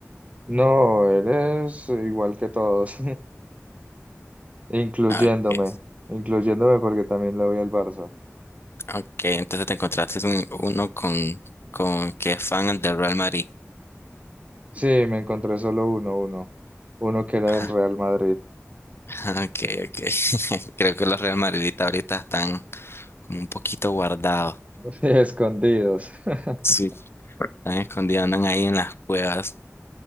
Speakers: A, on the right; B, on the left.
A: No, eres igual que todos, <laughs> incluyéndome,
B: Ah, Okay,
A: incluyéndome porque también le voy al Barça.
B: okay, entonces te encontraste un- uno con, con que es fan del Real Madrid.
A: Sí, me encontré solo uno, uno, uno que era
B: <laughs> Ajá,
A: del Real Madrid,
B: ajá, Okay, okay. <laughs> Creo que los Real Madridistas ahorita están como un poquito guardados.
A: <laughs> escondidos. <laughs>
B: Sí. Están escondidos, andan ahí en las cuevas.